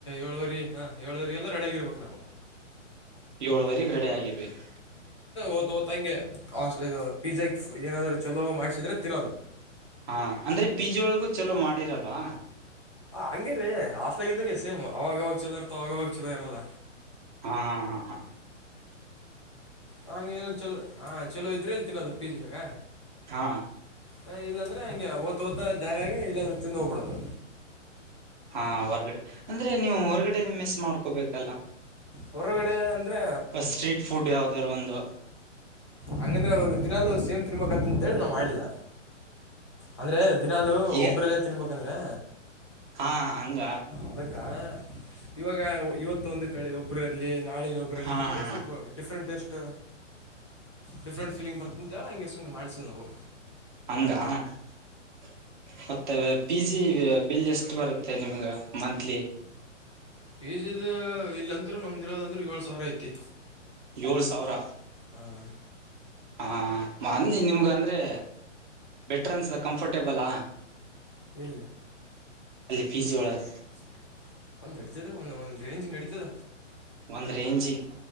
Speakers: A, on the left; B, on the right.
A: ಏಳುವರಿ ಹಾ ಏಳುವವರಿಗೆಲ್ಲ ರೆಡ ಆಗಿರ್ಬೇಕು ನಾವು.
B: ಏಳುವರೆಗೆ ರೆಡಿ ಆಗಿರ್ಬೇಕು.
A: ಓ್ತ ಓದ್ಂಗೆ ಹಸ್ ಪಿಜ್ಜಾ ಏನಾದ್ರು ಚಲೋ ಮಾಡಸಿದ್ರೆ ತಿನ್ನೋದು
B: ಹಾ ಅಂದ್ರೆ ಪಿ ಜಿ ಒಳಗೂ ಚಲೋ ಮಾಡಿರಲ್ವಾ
A: ಹಂಗಗೆ ರೀ ಆಾಸ್ಲಗ ಇದ್ದಂಗೆ ಸೇಮ್ ಅವಾಗವಾಗ ಛಲೋ ಇರ್ತ ಅವಾಗವಾಗ ಚಲೋ ಇರಲ್ಲ
B: ಹಾ ಹಾ ಹಾ ಹಾ
A: ಹಂಗ ಏನ ಚಲೋ ಹ ಚಲೋ ಇದ್ರೆ ಎಲ್ಲಿ ತಿನ್ನೋದು ಪೀಾಗ
B: ಹಾ
A: ಹ ಇಲ್ಲಾಂದ್ರೆ ಹಂಗೆ ಓ್ತ ಓತ ದಾರಾಗ ಇಲ್ಲಾದ್ರೆ ತಿಿಂದ ಹೋಗ್ಬಿಡ್ದ
B: ಹಾ ಹೊರ್ಗಡೆ ಅಂದ್ರೆ ನೀವು ಹೊರ್ಗಡೆನೆ ಮಿಸ್ ಮಾಡ್ಕೋಬೇಕಲ್ಲ
A: ಹೊರಗಡೆ ಅಂದರೆ
B: ಬ ಸ್ಟ್ರೀಟ್ ಫುಡ್ ಯಾವ್ದಾರ ಒಂದು
A: ಹಂಗಂದ್ರೆ ಅದೊಂದು ದಿನಾಲು ಸೇಮ್ ತಿನ್ಬೇಕುಕತ್ತ ಅಂತೇಳಿ ನಾವ್ ಮಾಡಿಲ್ಲ. ಅಂದ್ರೆ ದಿನಾಲು
B: ಈಗ
A: ಒಬ್ರಲ್ಲೇ ತಿನ್ಬೇಕಂದ್ರೆ.
B: ಹಾ ಹಂಗ
A: ಅದಕ್ಕ ಇವಾಗ ಇವತ್ತೊಂದು ಕಡೆ ಒಬ್ರಲ್ಲಿ. ನಾಳೆ ಇನ್ನೊಬ್ರಲ್ಲಿ
B: ಹಾ
A: ತಿಂದ್ರೆ
B: ಹಾ
A: ಸ್ವಲ್ಪ ಡಿಫ್ರೆಂಟ್ ಟೇಸ್ಟ್. ಟ ಡಿಫ್ರೆಂಟ್ ಫೀಲಿಂಗ್ ಬರ್ತದ ಅಂತ ಹೇಳಿ ಹಂಗೆ ಸುಮ್ನೆ ಮಾಡ್ಸಿಲ್ಲ ನಾವು.
B: ಹಂಗ. <inaudible> ತಗ ಪಿಜಿ ಗ ಬಿಲ್ ಎಷ್ಟು ಬರುತ್ತ ನಿಮಗ ಮಂತ್ಲಿ.
A: ಪಿ ಜಿದ ಇಲ್ಲಂತ್ರು ನಮ್ದಿರೋದಂದ್ರೆ ಏಳು ಸಾವಿರ ಐತಿ.
B: ಏಳು ಸಾವಿರ.
A: ಹ್ಮ್.
B: ಹಾ ಮೊನ್ನಿ ನಿಮ್ಗಂದ್ರೆ. ಬೆಟರ್ ಅನ್ಸತ್ತ ಕಂಫರ್ಟೇಬಲ್ ಹಾ.
A: ಇಲ್ಲಿ
B: ಪಿ ಜಿ
A: <inaudible>
B: ಒಳಗ
A: ಒಂದಡ್ ಇತ್ತದ್ರ ಒಂದ ಒಂದ್ ರೇಂಜ್ಗೆ ನಡೀತದ.
B: ಒಂದ ರೇಂಜಿಗೆ.